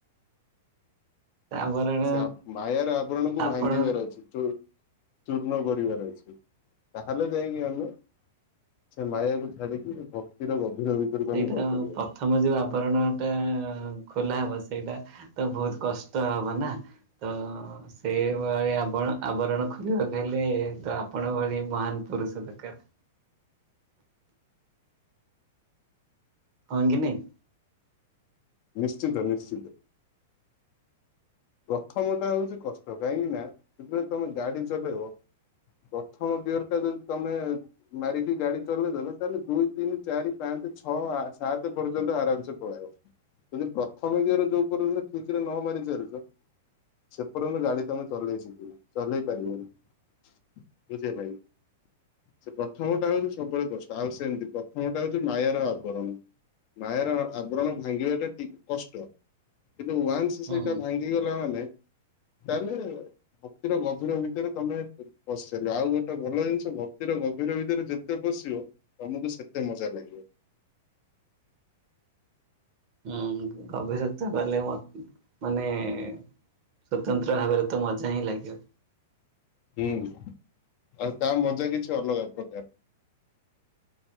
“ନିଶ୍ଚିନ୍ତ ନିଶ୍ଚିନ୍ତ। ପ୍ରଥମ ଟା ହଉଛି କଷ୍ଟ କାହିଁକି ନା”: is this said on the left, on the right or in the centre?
Left